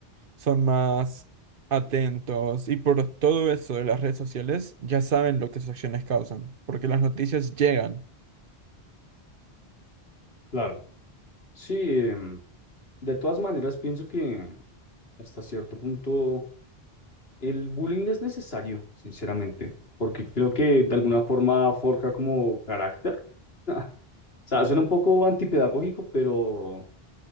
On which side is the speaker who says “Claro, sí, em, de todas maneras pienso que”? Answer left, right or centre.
Left